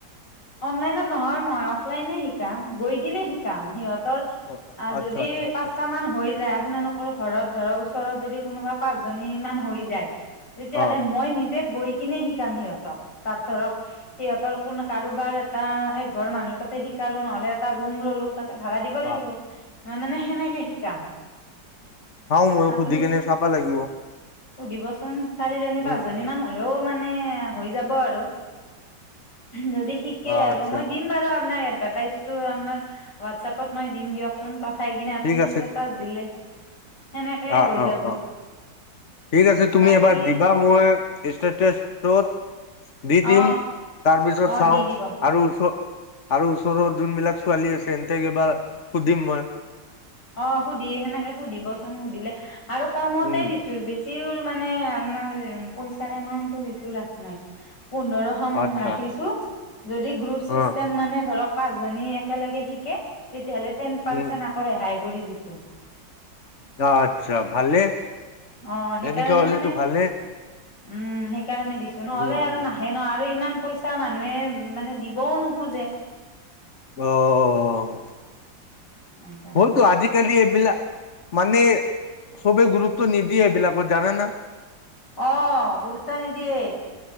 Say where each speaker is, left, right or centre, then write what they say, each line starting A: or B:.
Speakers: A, on the left (about 65°); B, on the left (about 40°).
A: অনলাইনত নহয় মই, অফলাইনে শিকাম, গৈ কিনে শিকাম, সিহঁত
B: অ
A: আ,
B: আচ্ছা
A: যদি
B: আচ্ছা
A: পাঁচটা
B: আচ্ছা
A: মান হৈ যায় আপোনালোকৰ ঘৰত ধৰক ওচৰত যদি কোনোবা পাঁচজনী মান হৈ যায়। তেতিয়াহ'লে
B: অ
A: মই নিজে গৈ কিনে শিকাম সিহঁতক, তাত ধৰক সিহঁতৰ কোন কাৰোবাৰ এটা এক ঘৰ মানুহ তাতে শিকালোঁ, নহ'লে এটা ৰুম ল'লো তাতে ভাড়া দিব লাগিব।
B: অ
A: মানে সেনেকে শিকাম।
B: চাওঁ মইয়ো
A: আপুনি
B: সুধি কেনে চাবা লাগিব।
A: সুধিবচোন চাৰিজনী, পাঁচজনীমান
B: উম উম
A: হ'লেও মানে হৈ যাব আৰু। যদি শিকে
B: অ
A: আৰু,
B: আচ্ছা
A: মই দিম বাৰু আপনাক ভাটাচইটো আমাৰ হোৱাটছএপত মই দিম দিয়কচোন পঠাই কিনে আপুনি
B: ঠিক আছে
A: ষ্টেটাচ দিলে সেনেকেই
B: অ
A: হৈ
B: অ
A: যাব।
B: অ ঠিক
A: উম
B: আছে, তুমি
A: বাকী
B: এবাৰ দিবা মই ইষ্টেটাচটোত দি দিম,
A: অ
B: তাৰপিছত
A: অ
B: চাওঁ
A: দি দিব
B: আৰু ওচ আৰু ওচৰৰ যোনবিলাক ছোৱালী আছে, <unintelligible> সুধিম মই।
A: অ', সুধি সেনেকে সুধিবচোন সুধিলে আৰু কমতে
B: উম
A: দিছোঁ বেছিও মানে আপোনাৰ পইচাৰ এমাউন্টটো বেছিয়ো ৰাখা নাই। পোন্ধৰশ
B: আচ্ছা
A: ৰাখিছোঁ, যদি গ্ৰুপ চিষ্টেম
B: অ
A: মানে ধৰক পাঁচজনী একেলগে শিকে, তেতিয়াহ'লে টেন পাৰ্চেন্ট
B: উম
A: আকৌ ৰেহাই কৰি দিছোঁ।
B: অ', আচ্ছা ভালে।
A: অ', সেইকাৰণে
B: এনেকে হ'লেতো
A: মানে উম,
B: ভালে
A: সেইকাৰণে দিছোঁ নহ'লে
B: উম
A: আৰু
B: উম
A: নাহে ন' আৰু ইমান পইচা মানুহে মানে দিবও নোখোঁজে।
B: অ', অ',
A: সেইকাৰণে
B: হ'লতো আজিকালি এইবিলাক মানে চবেই গুৰুত্ব নিদিয়ে এইবিলাকত জানানা
A: অ', গুৰুত্ব নিদিয়ে।